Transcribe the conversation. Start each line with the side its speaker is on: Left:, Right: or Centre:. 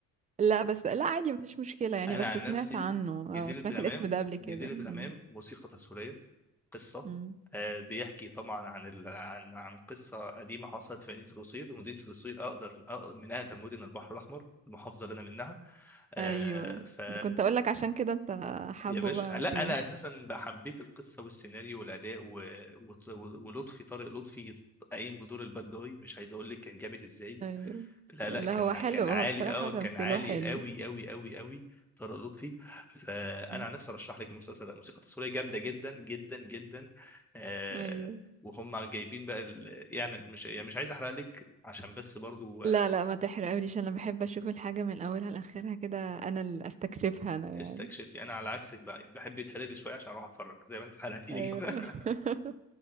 Right: لا بس لا عادي مفيش مشكله يعني
Centre: انا
Right: بس
Centre: عن
Right: سمعت
Centre: نفسي
Right: عنه
Centre: جزيرة
Right: اه سمعت
Centre: غمام
Right: الاسم ده قبل كده
Centre: جزيرة
Right: م،
Centre: غمام موسيقى تصويرية قصة
Right: م.
Centre: آه بيحكي طبعا عن ال... عن عن قصة قديمة حصلت في مدينة القصير مدينة القصير أقدر أقدر- من أقدم مدن البحر الأحمر المحافظة اللي أنا منها آه،
Right: ايوه
Centre: ف
Right: أنا كنت اقول لك عشان كده انت حابه
Centre: يا باشا
Right: بقى
Centre: لا
Right: في
Centre: انا اساسا حبيت القصه والسيناريو والاداء و... و... ولطفي طارق لطفي قايم بدور الباد جاي مش عايز اقول لك كان جامد ازاي
Right: ايوه
Centre: لا
Right: لا
Centre: لا كان
Right: هو حلو
Centre: كان
Right: هو
Centre: عالي
Right: بصراحه
Centre: اه
Right: تمثيله
Centre: كان عالي
Right: حلو
Centre: قوي قوي قوي قوي طارق لطفي فانا
Right: م،
Centre: عن نفسي ارشح لك المسلسل ده الموسيقى التصويريه جامده جدا جدا جدا آه
Right: ايوه
Centre: وهم جايبين بقى ال... يعني مش يعني مش عايز احرق لك عشان بس برضو
Right: لا
Centre: آه،
Right: لا ما تحرقوليش انا بحب اشوف الحاجة من اولها لاخرها كده انا اللي استكشفها انا يعني
Centre: استكشفي انا على عكسك بقى بحب يتحرق لي شويه عشان اروح اتفرج زي ما انت حرقتي
Right: ايوه
Centre: لي كده
Right: <laughs>
Centre: <laughs>